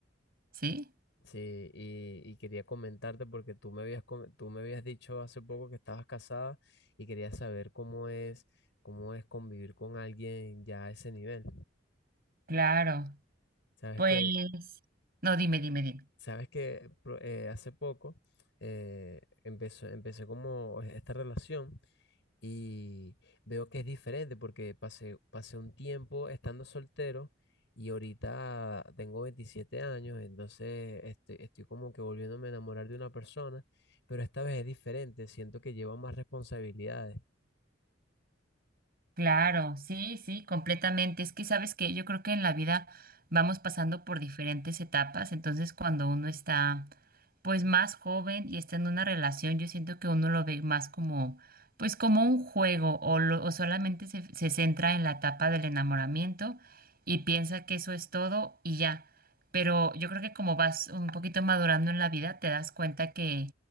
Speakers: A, on the right; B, on the left.
A: Sí,
B: Sí, y, y quería comentarte porque tú me habías, com- tú me habías dicho hace poco que estabas casada y quería saber cómo es, cómo es convivir con alguien ya a ese nivel.
A: claro.
B: Sabes
A: Pues,
B: que,
A: no, dime, dime, dime.
B: sabes que pro- eh, hace poco eh, empezó, empecé como esta relación. Y veo que es diferente porque pasé, pasé un tiempo estando soltero y ahorita tengo 27 años, entonces estoy, estoy como que volviéndome a enamorar de una persona, pero esta vez es diferente, siento que lleva más responsabilidades.
A: Claro, sí, sí, completamente. Es que sabes que yo creo que en la vida vamos pasando por diferentes etapas, entonces cuando uno está pues más joven y está en una relación, yo siento que uno lo ve más como pues como un juego o, lo- o solamente se, se centra en la etapa del enamoramiento y piensa que eso es todo y ya. Pero yo creo que como vas un poquito madurando en la vida, te das cuenta que